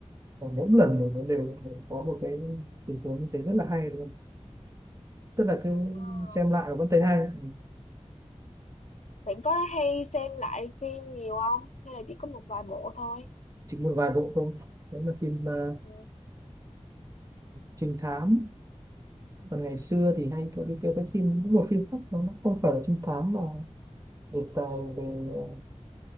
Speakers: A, on the right; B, on the left.
A: và mỗi lần thì nó đều có một cái tình huống như thế rất là hay luôn tức là cứ
B: Ờ.
A: xem lại và vẫn thấy hay Ừ,
B: bạn có hay xem lại phim nhiều không hay là chỉ có một vài bộ thôi
A: chỉ một vài bộ thôi đấy là phim ờ,
B: Ừ.
A: trinh thám còn ngày xưa thì hay có cái cái, cái phim một phim khác nó không phải là trinh thám mà đề tài về ờ,